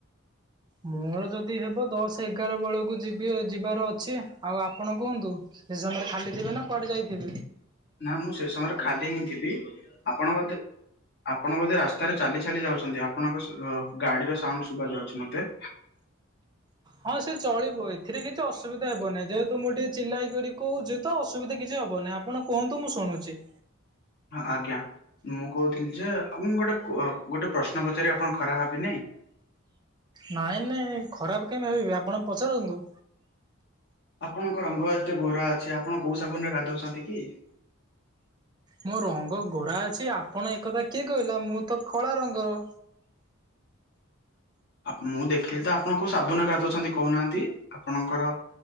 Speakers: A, on the right; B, on the left.
A: ମୋର ଯଦି ହେବ ଦଶ ଏଗାର ବେଳକୁ ଯିବି ଯିବାର ଅଛି ଆଉ ଆପଣ କୁହନ୍ତୁ। ସେ ସମୟରେ ଖାଲି ଥିବେ ନା କୁଆଡେ ଯାଇଥିବେ।
B: ନା ମୁଁ ସେ ସମୟରେ ଖାଦ୍ୟ ହିଁ ଥିବି ଆପଣ ମଧ୍ଯ ଆପଣ ବୋଧେ ରାସ୍ତାରେ ଚାଲି ଚାଲି ଯାଉଚନ୍ତି ଆପଣଙ୍କ ଗାଡିର ସାଉଣ୍ଟ ଶୁବା ଯାଉଚି ମତେ।
A: ହଁ ସେ ଚଳିବ ଏଥିରେ କିଛି ଅସୁବିଧା ହେବନହିଁ ଯେହେତୁ ମୁଁ ଟିକେ ଚିଲାଇ କରି କହୁଚି ତ ଅସୁବିଧା କିଛି ହବନିଁ ଆପଣ କୁହନ୍ତୁ ମୁଁ ଶୁଣୁଚି।
B: ଆଜ୍ଞା ମୁଁ କହୁଥିଲି ଯେ ମୁଁ ଗୋଟେ ଗୋଟେ ପ୍ରଶ୍ନ ପଚାରିବି ଆପଣ ଖରାପ ଭବିିନେହିଁ।
A: ନାଇଁ ନାଇଁ ଖରାପ କେଇଁ ଭାବିବି ଆପଣ ପଚାରନ୍ତୁ।
B: ଆପଣଙ୍କ ରଙ୍ଗ ଏତେ ଗୋରା ଅଛି, ଆପଣ କୋଉ ସାବୁନ ରେ ଗାଧଉଛନ୍ତି କି?
A: ମୋ ରଙ୍ଗ ଗୋରା ଅଛି? ଆପଣ ଏକଥା କିଏ କହିଲା? ମୁଁ ତ କଳା ରଙ୍ଗର।
B: ମୁଁ ଦେଖିଲି ତ ଆପଣଙ୍କୁ ସାବୁନ ଗାଧୁଉଛନ୍ତି, କହୁନାହାନ୍ତି ଆପଣଙ୍କର